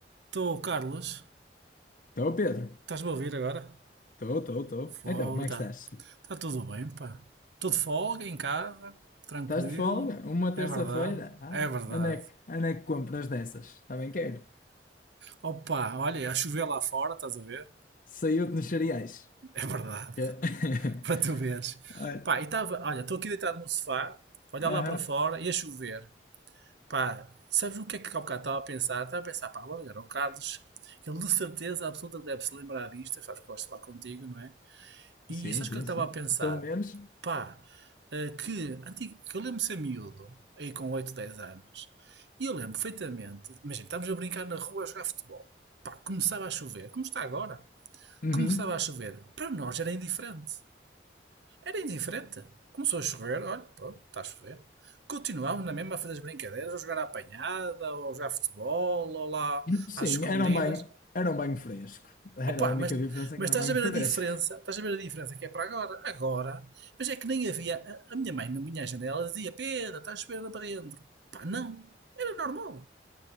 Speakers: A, on the right; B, on the left.
A: Estou, Carlos.
B: Estou, Pedro.
A: Estás-me a ouvir agora?
B: Estou, estou, estou.
A: Fogo,
B: Então, como é
A: tá.
B: que estás?
A: Tá tudo bem, pá. Tudo folga em casa, tranquilo.
B: Estás de folga? Uma terça-feira?
A: É verdade,
B: Ah,
A: é verdade.
B: onde é que, onde é que compras dessas? Também quero.
A: Opa, olha, a chover lá fora, estás a ver?
B: Saiu-te nos cereais.
A: É verdade,
B: Que- <laughs>
A: <laughs> para tu veres.
B: Olha,
A: Pá, e estava, olha, estou aqui deitado no sofá, olhar
B: Aham.
A: lá para fora e a chover. Pá, sabes o que é que há bocado estava a pensar? Estava a pensar, pá, vou ligar ao Carlos. Ele de certeza absoluta que deve se lembrar disto, sabes que gosto de falar contigo, não é? E
B: Sim,
A: sabes
B: sim,
A: o que eu estava
B: sim.
A: a pensar?
B: Pelo menos.
A: Pá, eh, que, antigo, que eu lembro de ser miúdo, aí com 8 10 anos, e eu lembro perfeitamente, imagina, estávamos a brincar na rua a jogar futebol. Pá, começava a chover, como está agora.
B: Uhum.
A: Começava a chover. Para nós era indiferente. Era indiferente. Começou a chover, olha, pronto, está a chover. Continuámos na mesma a fazer as brincadeiras, ou jogar à apanhada, ou jogar futebol, ou lá
B: Sim,
A: às escondidas.
B: era um banho, era um banho fresco. Era
A: Opa,
B: a única
A: mas,
B: diferença
A: mas
B: que era
A: estás
B: um banho
A: a
B: fresco.
A: ver a diferença, estás a ver a diferença que é para agora, agora, mas é que nem havia, a, a minha mãe na minha janela dizia, Pedro, estás a chover lá para dentro. Pá, não, era normal.